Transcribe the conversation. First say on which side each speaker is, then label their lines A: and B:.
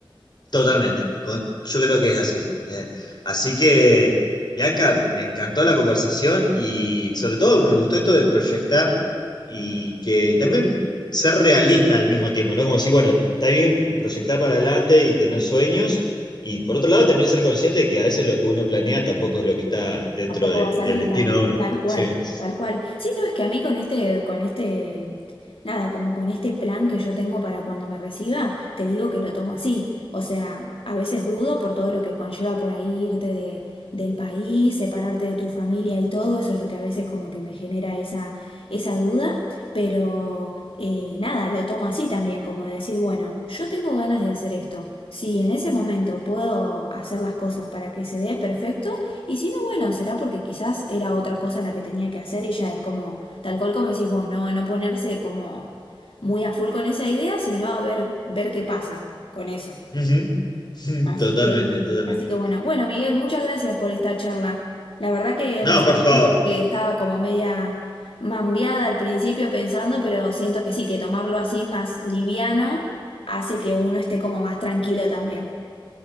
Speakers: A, on the left; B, on the left.
A: Totalmente, con- yo creo que es así. Eh, así que, Bianca, me encantó la conversación y sobre todo me gustó esto de proyectar y que también ser realista al mismo tiempo, ¿no? Como si bueno, está bien proyectar para adelante y tener sueños y por otro lado también ser consciente de que a veces lo que uno planea tampoco es lo que está dentro
B: Tampoco
A: de-
B: va a salir
A: del destino
B: tan,
A: de uno.
B: tal cual,
A: Sí.
B: tal cual. Sí, no, es que a mí con este, con este, nada, como con este plan que yo tengo para cuando me reciba, te digo que lo tomo así. O sea, a veces dudo por todo lo que conlleva por ahí irte de- del país, separarte de tu familia y todo, eso es lo que a veces como que me genera esa, esa duda, pero eh, nada, lo tomo así también, como de decir, bueno, yo tengo ganas de hacer esto. Si en ese momento puedo hacer las cosas para que se dé, perfecto. Y si no, bueno, será porque quizás era otra cosa la que tenía que hacer y ya es como, tal cual como decís vos, no, no ponerse como muy a full con esa idea, sino a ver, ver qué pasa con eso.
A: Ujú. <laughs>
B: Así
A: Totalmente,
B: que,
A: totalmente.
B: así que bueno, bueno, Miguel, muchas gracias por esta charla. La verdad que
A: No,
B: me sirvió
A: por favor.
B: porque estaba como media mambiada al principio pensando, pero siento que sí, que tomarlo así más liviano hace que uno esté como más tranquilo también.